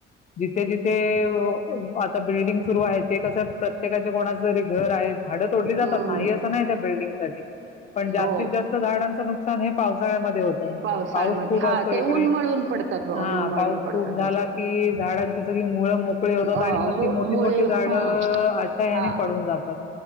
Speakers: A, on the left; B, on the right.
A: जि ते जिथे ओ आता बिल्डिंग सुरू आहेत. ते कसं प्रत्येकाचे कोणाचं तरी घर आहे, झाडं तोडली
B: हम्म.
A: जातात नाही असं नाही त्या बिल्डिंग साठी पण जास्तीत
B: हो
A: जास्त झाडांचं नुकसान हे पावसा <unintelligible> हे होतं
B: पावसाळ्यामध्ये
A: पाऊस खूप
B: हा
A: असतो
B: ते
A: इकडे.
B: उन्मळून पडतात बाबा
A: हा.
B: उन्मळून
A: पाऊस
B: पडतात
A: खूप झाला
B: असे
A: की झाडा सगळी मुळ मोकळी होतात
B: हो
A: आणि मग
B: मु-
A: ती मोठी
B: मुळे
A: मोठी
B: हं.
A: झाडं अ अशा याने
B: हा
A: पडून जातात